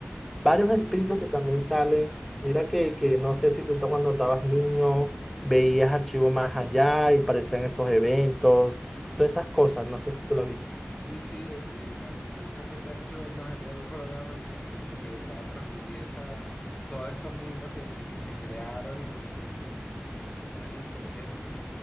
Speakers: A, in the centre; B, on the left.
A: varios espíritus
B: Sí,
A: que también salen. Mira que, que no sé si tú to- cuando estabas niño veías archivos más allá y parecían esos eventos, todas esas cosas, no sé si tú la viste.
B: sí, sí, en, en Archi- precisamente Archivo del Más Allá era un programa que como que buscaba transmitir esa, todos esos mitos que, que se crearon en, en, en en nuestro país, por ejemplo.